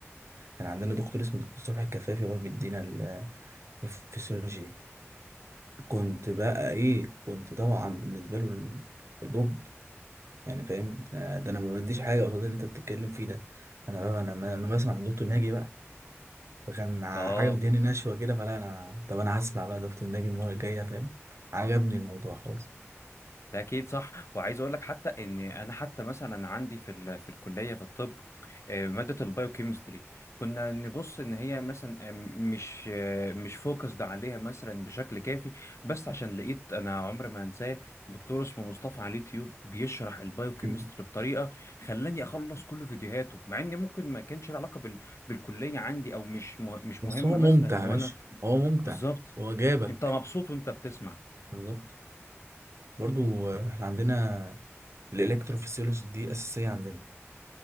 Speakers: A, on the right; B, on the left.
A: كان عندنا دكتور اسمه دكتور صبحي الكفافي هو اللي بيدينا ال- الفسيولوجي دي. كنت بقى ايه كنت طبعا بالنسبه له ال- البوب يعني فاهم آه، ده انا ما بديش حاجه قصاد اللي انت بتتكلم فيه ده انا بقى انا انا بسمع من دكتور ناجي بقى فكان ع-
B: اه
A: حاجه مدياني نشوه كده فلا انا طب انا هسمع بقى دكتور ناجي المره الجايه فاهم عجبني الموضوع خلاص
B: ده اكيد صح وعايز اقول لك حتى ان انا حتى مثلا عندي في ال... في الكليه في الطب آه، ماده البايوكيمستري كنا نبص ان هي مثلا آه، مش آه، مش فوكسد عليها مثلا بشكل كافي بس عشان لقيت انا عمري ما انساه دكتور اسمه مصطفى على اليوتيوب بيشرح البايوكيمستري
A: مم.
B: بطريقه خلاني اخلص كل فيديوهاته مع ان ممكن ما كانش له علاقه بال... بالكليه عندي او مش مه... مش
A: بس
B: مهمه
A: هو ممتع
B: مثلا ان
A: يا باشا
B: انا
A: هو ممتع
B: بالظبط
A: هو جابك
B: انت مبسوط وانت بتسمع
A: بالظبط برضو آه، احنا عندنا الالكتروفيسيولوجي دي اساسيه عندنا